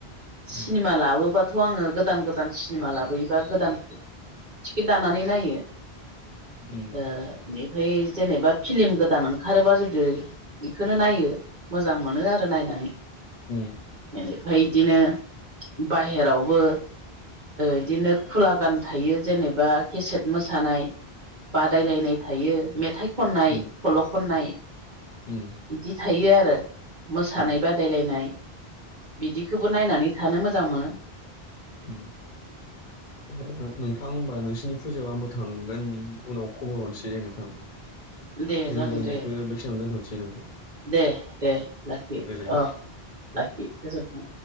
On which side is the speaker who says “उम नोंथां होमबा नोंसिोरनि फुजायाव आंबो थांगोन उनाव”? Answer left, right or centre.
Left